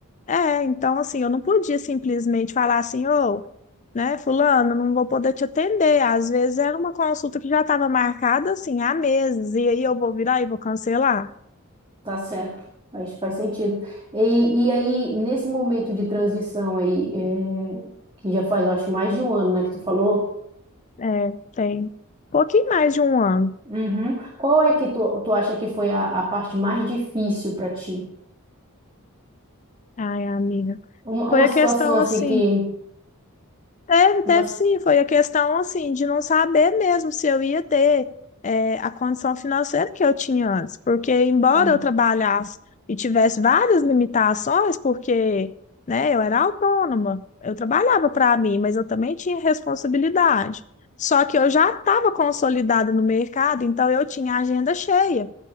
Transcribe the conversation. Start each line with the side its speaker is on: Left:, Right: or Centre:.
Left: É, então assim, eu não podia simplesmente falar assim, ô, né, fulano, não vou poder te atender. Às vezes era uma consulta que já estava marcada assim há meses, e aí eu vou virar e vou cancelar.
Right: Tá certo. Faz, faz sentido. E, e aí, nesse momento de transição aí, é, que já faz, eu acho, mais de um ano, né, que tu falou,
Left: É, tem pouquinho mais de um ano.
Right: Uhum. Qual é que tu, tu acha que foi a, a parte mais difícil para ti?
Left: Ai, amiga.
Right: Uma,
Left: Foi
Right: uma
Left: a
Right: situação
Left: questão
Right: assim
Left: assim.
Right: que.
Left: Teve, teve
Right: Uma, s-
Left: sim, foi a questão assim de não saber mesmo se eu ia ter é, a condição financeira que eu tinha antes, porque embora
Right: ah,
Left: eu trabalhasse e tivesse várias limitações, porque né, eu era autônoma, eu trabalhava para mim, mas eu também tinha responsabilidade. Só que eu já estava consolidada no mercado, então eu tinha a agenda cheia.